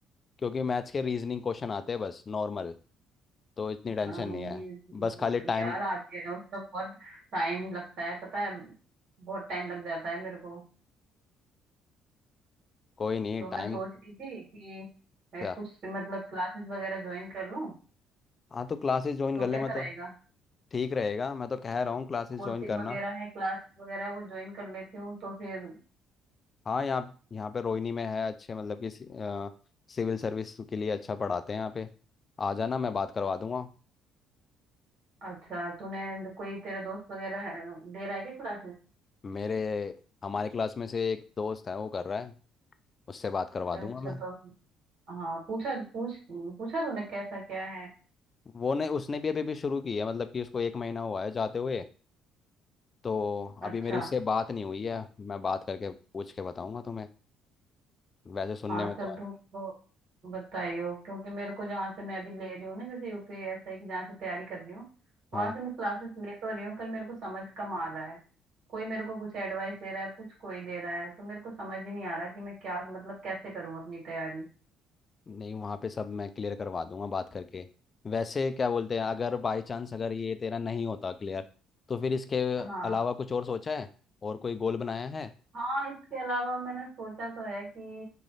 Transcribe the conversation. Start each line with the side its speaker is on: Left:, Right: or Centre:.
Left: क्योंकि मैथ्स के रीजनिंग क्वेश्चन आते हैं बस नॉर्मल तो इतनी टेंशन
Right: हाँ,
Left: नहीं है
Right: ये भी-
Left: बस खाली टाइम
Right: यार आती है उसका बहुत टाइम लगता है पता है बहुत टाइम लग जाता है मेरे को
Left: कोई नहीं
Right: तो मैं
Left: टाइम
Right: सोच रही थी कि मैं
Left: क्या
Right: कुछ मतलब क्लासेस वगैरह ज्वाइन कर लूँ
Left: हाँ तो क्लासेस ज्वाइन
Right: तो
Left: कर ले
Right: कैसा
Left: मैं तो
Right: रहेगा
Left: ठीक रहेगा मैं तो कह रहा हूँ क्लासेस
Right: कोचिंग
Left: ज्वाइन करना
Right: वगैरह है क्लासेस वगैरह है, वो ज्वाइन कर लेती हूँ तो फिर
Left: हाँ यहाँ यहाँ पे रोहिणी में है अच्छे मतलब कि सि- अ, सिविल सर्विस के लिए अच्छा पढ़ाते हैं यहाँ पे आ जाना मैं बात करवा दूंगा
Right: अच्छा तूने कोई तेरा दोस्त वगैरह है- ले रहा है क्या क्लासेस
Left: मेरे हमारे क्लास में से एक दोस्त है वो कर रहा है उससे बात करवा
Right: अच्छा
Left: दूंगा मैं
Right: तो हाँ पूछा पूछ पूछा तूने कैसा क्या है
Left: वो ने उसने भी अभी भी शुरू की है मतलब कि उसको एक महीना हुआ है जाते हुए तो
Right: अच्छा
Left: अभी मेरी उससे बात नहीं हुई है मैं बात करके पूछ के बताऊंगा तुम्हें वैसे सुनने
Right: हाँ
Left: में तो
Right: चल
Left: है
Right: तुम तो बताइयो क्योंकि मेरे को जहाँ से मैं अभी ले रही हूँ ना जैसे यूपीएसआई की जहाँ से तैयारी कर रही हूँ
Left: हाँ
Right: वहां से मैं क्लासेस ले तो रही हूँ पर मेरे को समझ कम आ रहा है कोई मेरे को कुछ एडवाइस दे रहा है कुछ कोई दे रहा है तो मेरे को समझ ही नहीं आ रहा कि मैं क्या मतलब कैसे करूँ अपनी तैयारी
Left: नहीं वहाँ पे सब मैं क्लियर करवा दूंगा बात करके वैसे क्या बोलते हैं अगर बाई चांस अगर ये तेरा नहीं होता क्लियर तो फिर इसके
Right: हाँ
Left: अलावा कुछ और सोचा है और कोई गोल बनाया है
Right: हाँ इसके अलावा मैंने सोचा तो है कि